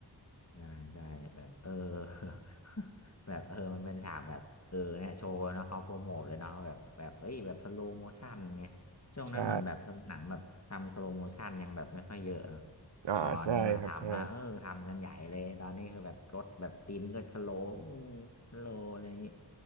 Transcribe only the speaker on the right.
ใช่อ่าใช่ครับใช่